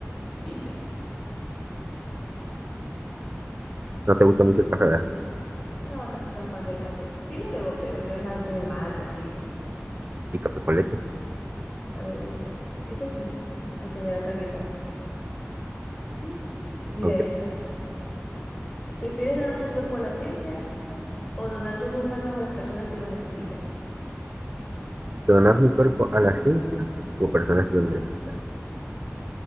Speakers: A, on the left (about 30°); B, on the right (about 40°).
A: ¿viste?
B: No te gusta mucho el café, ¿verdad?
A: No, no soy tan fan del café. Sí lo bebo, pero no es algo que me mate así.
B: Y café con leche.
A: Oh, eso sí, aunque me da cagueta. Ujú. Mira
B: Aunque
A: esta. ¿Prefieres donar tu cuerpo a la ciencia o donar tus órganos a las personas que lo necesiten?
B: donar mi cuerpo a la ciencia o personas que lo necesitan.